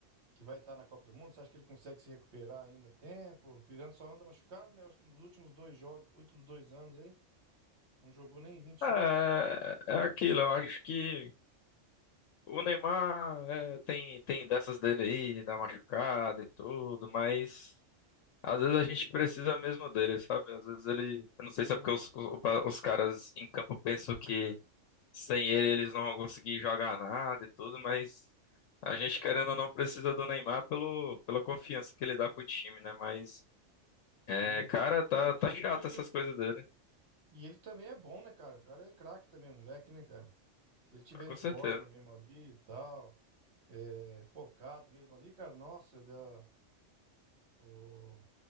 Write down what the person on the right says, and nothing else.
que vai estar na Copa do Mundo? Você acha que ele consegue se recuperar ainda a tempo? Porque ele só anda machucado, né? Eu acho que nos últimos dois jogos, últimos dois anos aí, não jogou nem vinte jogos.
Sim,
sim.
Pelo que
ele,
eu-
eu-
e ele também é bom, né, cara? O cara é craque também, o moleque, né, cara? Se ele tiver
em forma
mesmo ali e tal, é, focado mesmo ali, cara, nossa, já- o-